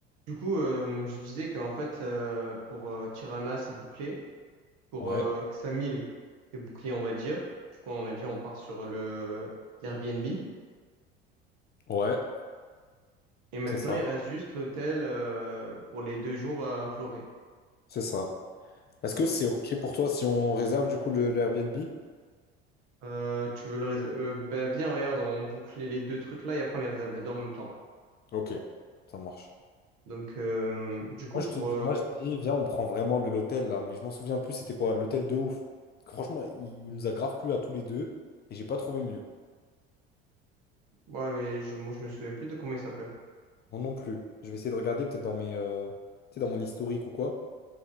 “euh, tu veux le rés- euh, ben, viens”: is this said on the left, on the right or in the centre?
Right